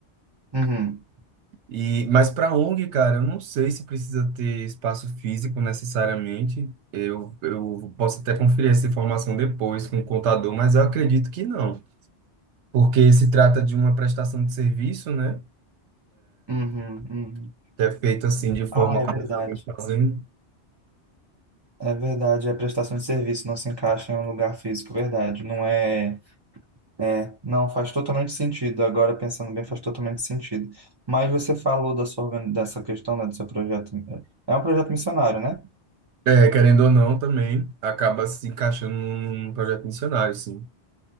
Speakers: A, on the right (about 25°); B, on the right (about 80°).
A: uhum,
B: E, mas para ONG, cara, eu não sei se precisa ter espaço físico necessariamente. Eu, eu posso até conferir essa informação depois com o contador, mas eu acredito que não, porque se trata de uma prestação de serviço, né?
A: uhum, uhum.
B: Que é feita assim de forma
A: Ah, é
B: como
A: verdade.
B: eu já venho fazendo.
A: É verdade, é a prestação de serviço não se encaixa em um lugar físico, verdade. Não é, é, não faz totalmente sentido. Agora pensando bem, faz totalmente sentido. Mas você falou da sua, organi- dessa questão, né, do seu projeto. É um projeto missionário, né?
B: É, querendo ou não, também acaba se encaixando num num projeto missionário, sim.